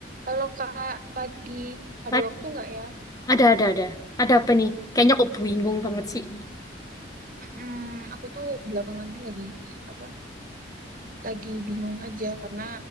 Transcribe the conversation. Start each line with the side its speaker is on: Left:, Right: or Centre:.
Right: Kalau Kak, lagi ada
Left: Ad-
Right: waktu nggak ya?
Left: Ada, ada, ada. Ada apa nih? Kayaknya kok bingung banget sih.
Right: Mm-mm, aku tuh belakangannya lagi apa? Lagi bingung aja karena